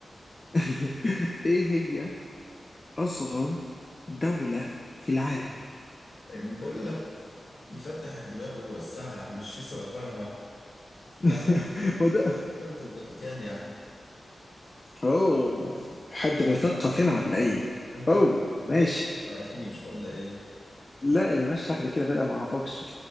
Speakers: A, on the left; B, on the left.
A: <laughs> ايه هي اصغر دولة في العالم
B: يعني بقول لك يفتح الدماغ ويوسعها مش يصغرها ما
A: <laughs>
B: عم
A: ما ده
B: دولة الفاتيكان يا عم
A: اوه حد مثقف هنا ولا ايه؟
B: انت
A: اوه
B: ما
A: ماشي
B: تعرفنيش ولا ايه؟
A: لا يا باشا شكلي كده فرقة ما اعرفكش